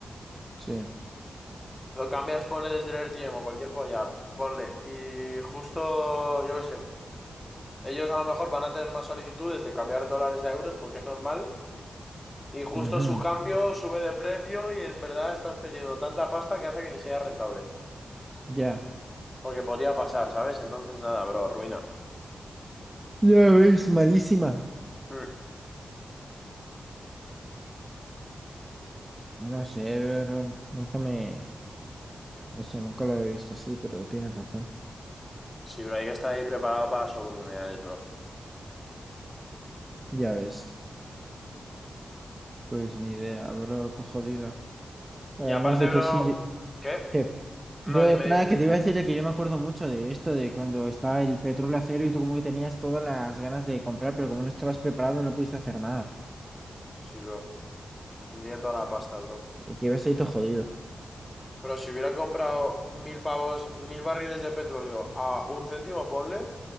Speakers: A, on the right; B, on the left.
A: Sí.
B: Lo cambias, ponle desde el RTM o cualquier polla, ponle. Y justo, yo qué sé, ellos a lo mejor van a tener más solicitudes de cambiar dólares a euros porque es normal. Y justo
A: ujú,
B: su cambio sube de precio y en verdad estás perdiendo tanta pasta que hace que ni sea rentable.
A: Ya.
B: Porque podría pasar, ¿sabes? Entonces, nada, bro, ruina.
A: Ya ves, malísima.
B: Mm.
A: No sé, pero nunca me... No sé, nunca lo he visto así, pero tienes razón.
B: Sí, bro, hay que estar ahí preparado para las oportunidades, bro.
A: Ya ves, pues ni idea, bro, todo jodido. Además
B: Y aparte,
A: de
B: bro,
A: que sí, yo-
B: ¿qué?
A: que
B: No,
A: yo
B: dime, dime.
A: nada, que te iba a decir de que yo me acuerdo mucho de esto, de cuando estaba el petróleo a cero y tú como que tenías todas las ganas de comprar, pero como no estabas preparado no pudiste hacer nada.
B: Sí, bro. Tendría toda la pasta, bro.
A: Y que ibas ahí todo jodido.
B: Bro, si hubiera comprado mil pavos, mil barriles de petróleo a un céntimo, ponle,